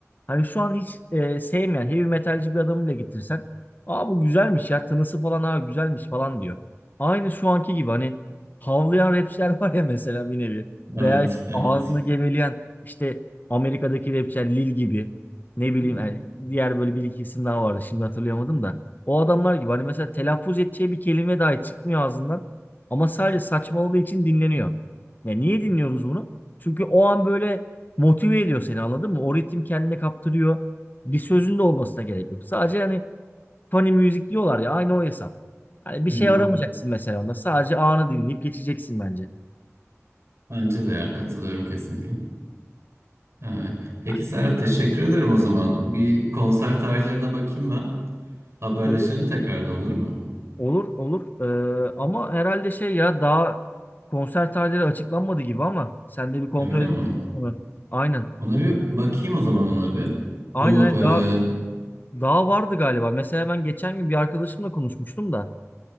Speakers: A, on the left; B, on the right.
A: Hani şu an hiç e, sevmeyen heavy metalci bir adamı bile getirsen. Aa bu güzelmiş ya tınısı falan aa güzelmiş falan diyor. Aynı şu anki gibi hani havlayan rapçiler var ya mesela bir nevi.
B: Evet,
A: Veya işte
B: evet.
A: ağzını geveleyen işte Amerika'daki rapçiler Lil gibi. Ne bileyim
B: Yani,
A: yani diğer böyle bir iki isim daha vardı. Şimdi hatırlayamadım da. O adamlar gibi hani mesela telaffuz edeceği bir kelime dahi çıkmıyor ağzından. Ama sadece saçmaladığı için dinleniyor. Ya niye dinliyoruz bunu? Çünkü o an böyle motive ediyor seni anladın mı? O ritim kendine kaptırıyor. Bir sözün de olmasına gerek yok. Sadece hani funny müzik diyorlar ya aynı o hesap. Hani bir
B: Hı,
A: şey aramayacaksın mesela onda. Sadece anı dinleyip geçeceksin bence.
B: bence de ya katılıyorum kesinlikle. Ee, peki
A: Yani,
B: Serhat teşekkür ederim o zaman. Bir konser tarihlerine bakayım ben. Haberleşelim
A: olur.
B: tekrardan olur mu?
A: Olur olur Ee, ama herhalde şey ya daha konser tarihleri açıklanmadı gibi ama sen de bir kontrol
B: Öyle
A: edebildin
B: mi?
A: mi sonra? Aynen
B: Ona bir bakayım o zaman ona bir.
A: aynen
B: Bu
A: aynen.
B: e, hı
A: daha daha vardı galiba. Mesela ben geçen gün bir arkadaşımla konuşmuştum da